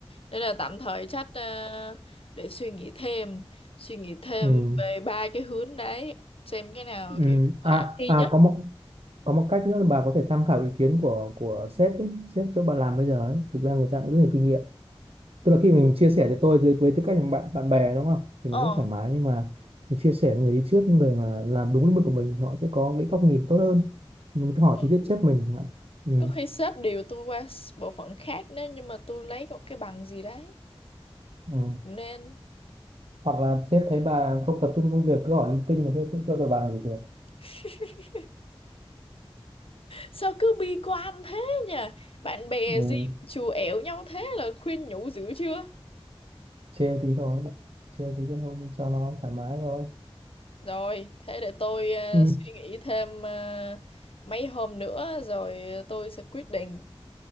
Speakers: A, on the left; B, on the right.
A: Nên là tạm thời chắc ờ, để suy nghĩ thêm, suy nghĩ thêm
B: ừ.
A: về ba cái hướng đấy, xem cái nào
B: Ừ.
A: kiểu
B: à
A: khả thi
B: à
A: nhất.
B: có một có một cách nữa là bà có thể tham khảo ý kiến của của sếp ấy. sếp chỗ bà làm bây giờ ấy. thực ra người ta cũng rất nhiều kinh nghiệm tức là khi mình chia sẻ cho tôi với, với tư cách là bạn bạn bè đúng không thì
A: Ờ,
B: nó rất thoải mái nhưng mà mình chia sẻ với người đi trước người mà làm đúng lĩnh vực của mình thì họ sẽ có cái góc nhìn tốt hơn mình có thể hỏi
A: ừ.
B: trực tiếp sếp mình chẳng hạn. ừ.
A: Có khi sếp điều tôi qua s- bộ phận khác nếu nhưng mà tôi lấy một cái bằng gì đấy.
B: Ừ.
A: Cũng nên.
B: hoặc là sếp thấy bà không tập trung công việc cứ hỏi linh tinh là cứ cũng cho đội bà nghỉ việc
A: <laughs> Sao cứ bi quan thế nhỉ? Bạn bè
B: ừ.
A: gì chù ẻo nhau thế là khuyên nhủ dữ chưa?
B: trêu tí thôi trêu tí cho nó cho nó thoải mái thôi
A: Rồi, thế để tôi ờ,
B: ừ.
A: suy nghĩ thêm ờ, mấy hôm nữa rồi tôi sẽ quyết định.